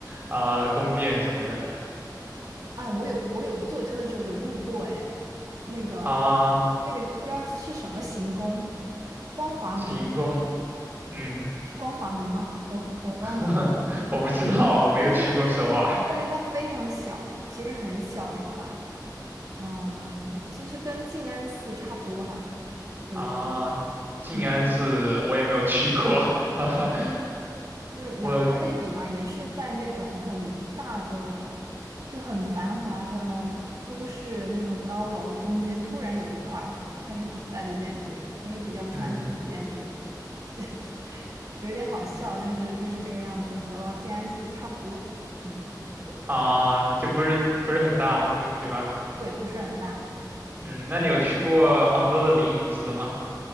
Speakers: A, on the right (about 30°); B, on the right (about 55°).
A: 啊、呃宫殿什么的
B: 啊，我有我有坐车的时候有路过，哎，那个
A: 啊，
B: 那个不知道是什么行宫，光华门
A: 行宫，嗯。
B: 是光华门吗？<laughs> 我我忘了啊。
A: <laughs> 我不知道，我没有去过首尔
B: 但是但是它非常小，它其实很小一块儿，嗯，其实跟静安寺差不多啦，
A: <laughs>
B: 有一点
A: 啊，静安寺我也没有去过，
B: 可能。
A: <laughs> 哈哈
B: 就是拿它类比嘛，
A: 我
B: 也是在那种很大的、就很繁华的都市那种高楼中间，突然有一块儿它是古代的建筑，它是比较传统的建筑，
A: 嗯
B: 这 <laughs> 有点好笑，但是就是这个样子，和静安寺差不多。嗯，
A: 啊，就不是不是很大，对对吧？
B: 对，不是很大。
A: 嗯，那你有去过杭州的灵隐寺吗？
B: 嗯，
A: <laughs>